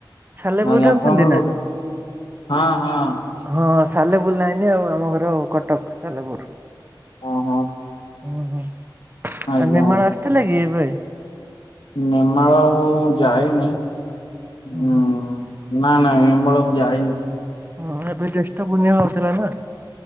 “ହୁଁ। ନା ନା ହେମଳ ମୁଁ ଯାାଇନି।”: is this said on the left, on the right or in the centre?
Left